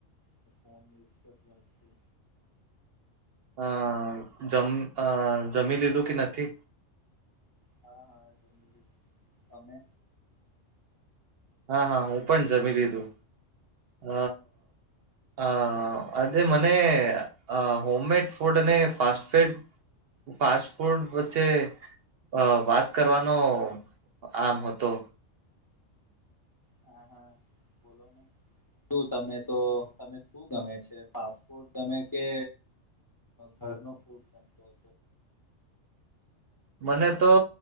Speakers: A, on the left; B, on the right.
A: તો ફોન ઝ કર છે.
B: અ જમ આ જમી લીધું કે નથી.
A: હા હા જમી લીધું તમે.
B: હા હા હું પણ જમી લીધું હ. અ આજે મને હોમમેડ ફૂડ અને ફાસ્ટ ફડ ફાસ્ટ ફૂડ વચ્ચે અ વાત કરવાનો આમ હતો.
A: હા હા બોલોને. શું તમે તો તમે શું ગમે છે ફાસ્ટફુટ ગમે કે ઘરનો ફૂડ ગમતો
B: મને તો